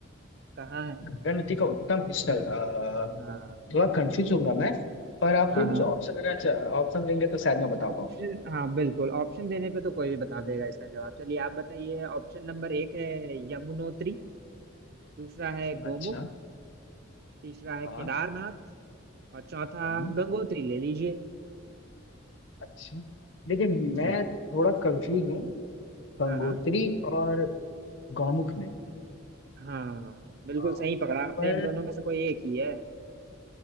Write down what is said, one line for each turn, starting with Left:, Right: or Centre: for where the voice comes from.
Right: कहाँ है
Left: गंगा नदी का उद्गम स्थल अ,
Right: हाँ
Left: थोड़ा कंफ्यूज होगा मैं पर आप
Right: हाँ
Left: थोड़ा
Right: हाँ
Left: मुझे ऑप्शन देना ऑप्शन देंगे तो शायद मैं बता
Right: ऑप्शन
Left: पाऊँ
Right: हाँ बिल्कुल ऑप्शन देने पे तो कोई भी बता देगा इसका जवाब चलिए आप बताइए ऑप्शन नंबर एक है यमुनोत्री दूसरा है गोमुख
Left: अच्छा
Right: तीसरा है केदारनाथ
Left: हाँ
Right: और चौथा
Left: हम्म,
Right: गंगोत्री ले लीजिए
Left: अच्छा लेकिन मैं
Right: जी
Left: थोड़ा कंफ्यूज हूँ गंगोत्री
Right: हाँ हाँ
Left: और गौमुख में
Right: हाँ बिल्कुल
Left: अ,
Right: सही पकड़ा आपने
Left: पर
Right: इन दोनों में से कोई एक ही है